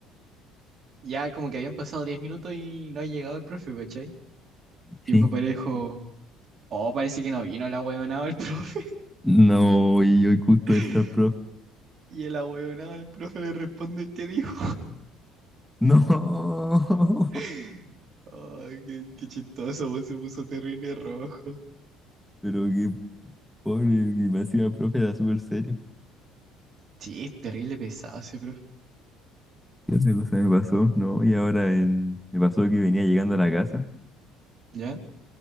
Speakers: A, on the right; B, in the centre.
A: ya como que habían pasado 10 minutos y no ha llegado el profe, ¿cachai?
B: Sí.
A: Y un compañero dijo, oh, parece que no vino el ahueonado el profe.
B: No, y hoy justo
A: <laughs>
B: entra el profe.
A: Y el ahueonado el profe le responde, ¿qué dijo?
B: No,
A: <laughs>
B: <laughs>
A: Ay, qué, qué chistoso, vos se puso terrible rojo.
B: pero qué pobre, que me hacía el profe era súper serio.
A: Sí, es terrible pesado ese profe.
B: ¿Qué otra cosa me pasó? No, y ahora en- me pasó que venía llegando a la casa
A: ¿Ya?